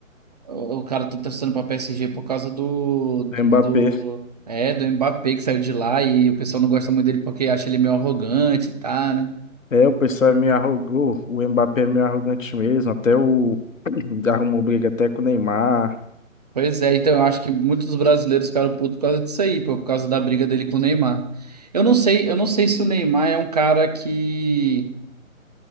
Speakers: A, on the right (about 30°); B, on the left (about 70°).
A: o cara tá torcendo pra PSG por causa do, do,
B: Mbappé.
A: do. É, do Mbappé que saiu de lá e o pessoal não gosta muito dele porque acha ele meio arrogante, tá, né?
B: É, o pessoal é meio arrogou, o Mbappé é meio arrogante mesmo, até o <clears throat> arrumou briga até com o Neymar.
A: Pois é, então eu acho que muitos brasileiros ficaram putos por causa disso aí, pô, por causa da briga dele com o Neymar. Eu não sei, eu não sei se o Neymar é um cara que